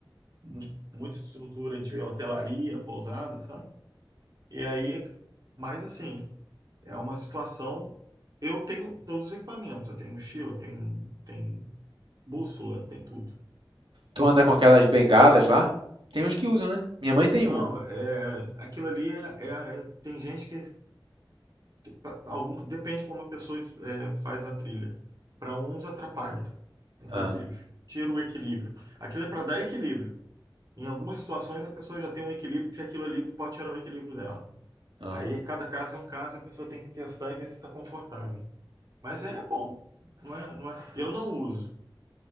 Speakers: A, on the right (about 50°); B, on the right (about 80°).
A: mu- muita estrutura de hotelaria, pousada, sabe? E aí, mas assim, é uma situação. Eu tenho todos os equipamentos, eu tenho mochila, tenho, tenho bússola, tem tudo.
B: Tu anda com aquelas bengalas lá? Tem uns que usam, né? Minha mãe tem
A: Não,
B: uma.
A: é, aquilo ali é, é- tem gente que pra- alguma, depende como a pessoa é, faz a trilha. Para uns atrapalha, inclusive,
B: Ah,
A: tira o equilíbrio. Aquilo é para dar equilíbrio. Em algumas situações a pessoa já tem um equilíbrio que aquilo ali pode tirar o equilíbrio dela.
B: ah,
A: Aí cada caso é um caso, a pessoa tem que testar e ver se está confortável. Mas é bom, não é, não é. Eu não uso.